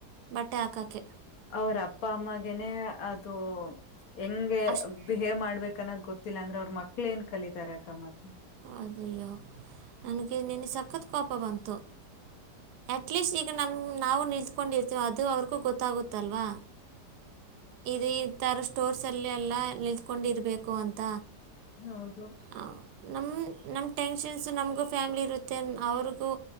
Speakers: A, on the right; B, on the left.
A: ಬಟ್ಟೆ ಹಾಕಕ್ಕೆ.
B: ಅವ್ರ ಅಪ್ಪ ಅಮ್ಮಗೆನೆ ಅದು ಹೆಂಗೆ
A: ಅಷ್ಟು
B: ಬಿಹೇವ್ ಮಾಡ್ಬೇಕ್ ಅನ್ನೋದು ಗೊತ್ತಿಲ್ಲ ಅಂದ್ರೆ ಅವ್ರ ಮಕ್ಳ್ ಏನ್ ಕಲಿತಾರೆ ಅಕ್ಕ ಮ್ಮತ್.
A: ಅದಯ್ಯೋ ನನ್ಗೆ ನಿನ್ನೆ ಸಖತ್ ಕೋಪ ಬಂತು. ಅಟ್ಲೀಸ್ಟ್ ಈಗ ನಮ್ ನಾವು ನಿಂತ್ಕೊಂಡಿರ್ತೀವಿ ಅದು ಅವ್ರಿಗೂ ಗೊತ್ತಾಗುತ್ತಲ್ವಾ. ಇದು ಈತರ ಸ್ಟೋರ್ಸಲೆಲ್ಲ ನಿಲ್ತ್ಕೊಂಡಿರಬೇಕು ಅಂತ.
B: ಹೌದು
A: ಆ ನಮ್ ನಮ್ಮ ಟೆನ್ಷನ್ಸು ನಮಗೂ ಫ್ಯಾಮ್ಲಿ ಇರುತ್ತೆ ಅವ್ರಿಗೂ